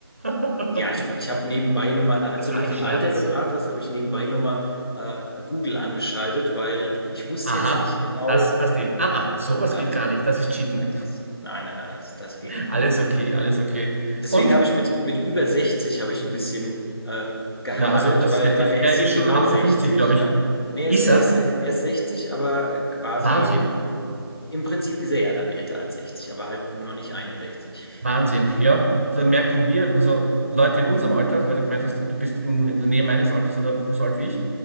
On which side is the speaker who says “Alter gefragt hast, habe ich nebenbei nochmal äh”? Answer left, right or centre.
Left